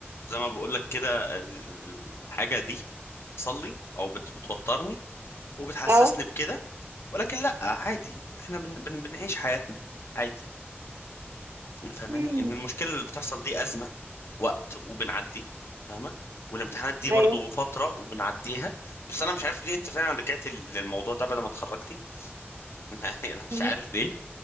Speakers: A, on the left (about 70°); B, on the right (about 70°).
A: زي ما بقول لك كده الحاجة دي بتحصل لي او بت... بتوترني وبتحسسني
B: اه
A: بكده ولكن لا عادي احنا بن بن بنعيش حياتنا عادي فاهماني
B: أمم.
A: ان المشكله اللي بتحصل دي ازمه وقت وبنعدي فاهمه والامتحانات دي برضو
B: ايوه
A: فتره وبنعديها بس انا مش عارف ليه انت فعلا رجعت للموضوع ده بعد ما اتخرجتي <laughs> يعني انا مش
B: أمم.
A: عارف ليه